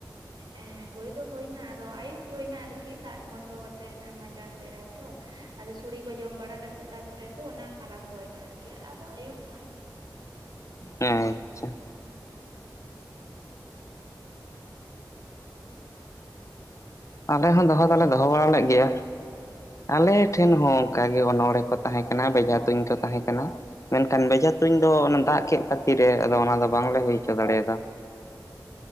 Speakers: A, on the right; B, on the left.
A: ᱦᱮᱸ ᱦᱩᱭ ᱫᱚ ᱦᱩᱭᱱᱟ ᱟᱫᱚ ᱟᱹᱭᱩᱵ ᱦᱩᱭᱱᱟ ᱟᱨᱠᱤ ᱫᱟᱜ ᱵᱚᱱᱫᱚ ᱠᱟᱛᱮ ᱾ ᱢᱟᱡᱟᱱ ᱵᱮᱲᱟ ᱛᱚ ᱟᱫᱚ ᱥᱚᱲᱤ ᱠᱚ ᱡᱚᱢ ᱵᱟᱲᱟ ᱠᱟᱛᱮᱜ ᱛᱟᱯᱚᱨᱮ ᱟᱫᱚ ᱚᱱᱟ ᱟᱨᱟᱢᱵᱚᱭᱱᱟ ᱟᱨᱠᱤ᱾ ᱟᱫᱚ ᱟᱹᱭᱩᱵ ᱮᱱᱟ ᱾
B: ᱟᱪᱪᱷᱟ ᱾ ᱟᱞᱮ ᱦᱚᱸ ᱫᱚᱦᱚ
A: ᱟᱯᱮ
B: ᱫᱚᱞᱮ
A: ᱥᱮᱱ
B: ᱫᱚᱦᱚ
A: ᱫᱚ ᱪᱮᱫ
B: ᱵᱟᱲᱟ
A: ᱞᱮᱠᱟ
B: ᱞᱮᱫ ᱜᱮᱭᱟ ᱾ ᱟᱞᱮ ᱴᱷᱮᱱ ᱦᱚᱸ ᱚᱱᱠᱟ ᱜᱮ ᱚᱱᱚᱲᱦᱮ ᱠᱚ ᱛᱟᱦᱮᱸ ᱠᱟᱱᱟ ᱵᱷᱮᱡᱟ ᱛᱩᱧ ᱠᱚ ᱛᱟᱦᱮᱸ ᱠᱟᱱᱟ ᱾ ᱢᱮᱱᱠᱷᱟᱱ ᱵᱮᱡᱷᱟ ᱛᱩᱧ ᱫᱚ ᱚᱱᱟ ᱫᱟᱜ ᱠᱮᱫ ᱠᱷᱟᱹᱛᱤᱨ ᱨᱮ ᱟᱫᱚ ᱚᱱᱟ ᱫᱚ ᱵᱟᱝᱞᱮ ᱦᱩᱭ ᱦᱚᱪᱚ ᱫᱟᱲᱮᱭᱟᱫᱟ ᱾